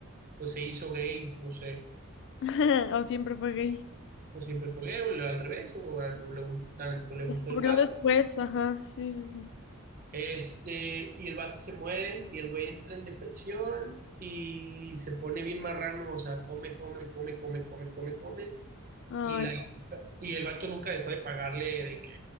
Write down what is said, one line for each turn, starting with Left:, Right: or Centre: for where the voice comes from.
Right: pues se hizo gay, no sé.
Left: <laughs> O siempre fue gay.
Right: O siempre fue gay, o le- al revés, o, a- o le gustan, o le gustó
Left: Descubrió
Right: el vato.
Left: después, ajá, sí, sí, sí.
Right: Este, y el vato se muere, y el güey entra en depresión, y se pone bien marrano, o sea, come, come, come, come, come, come, come
Left: Ay,
Right: Y, la,
Left: no,
Right: y el vato nunca dejó de pagarle, de que